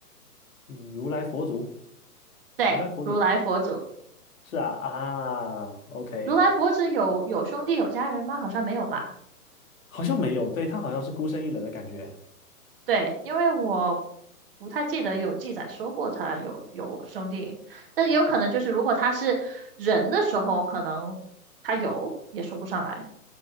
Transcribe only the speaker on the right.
对，
如来佛祖。
如来佛指有有兄弟有家人吗？好像没有吧？
对，因为我不太记得有记载说过他有有兄弟，但也有可能就是如果他是人的时候，可能他有也说不上来。